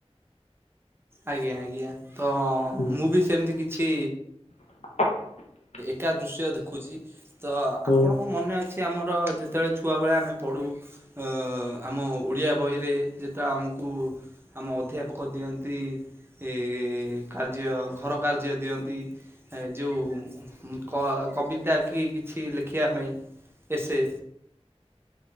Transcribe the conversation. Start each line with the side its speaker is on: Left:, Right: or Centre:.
Right: ଆଜ୍ଞା ଆଜ୍ଞା ତ ଅଁ
Left: ହୁଁ
Right: ମୁଁ ବି ସେମିତି କିଛି
Left: <inaudible>
Right: ଏକା ଦୃଶ୍ୟ ଦେଖୁଚ଼ି ତ
Left: ହୁଁ
Right: ଆପଣଙ୍କୁ ମନେ ଅ ଅଛି ଆମର ଯେତେଏଳେ ଛୁଆବେଳେ ଆମେ ପଢୁ ଅ ଆମ ଓଡ଼ିଆ ବହିରେ ଯେତେ ବେଳେ ଆମ ଆମକୁ ଆମ ଅଧ୍ୟାପକ ଦିଅନ୍ତି, ଇ ଏ କାର୍ଯ୍ୟ ଆଉ ଘର କାର୍ଯ୍ୟ ଦିଅନ୍ତି, ଯୋଉ କ ଆ କବିତା କି କିଛି ଲେଖିଆ ପାଇଁ, ଏ ସେ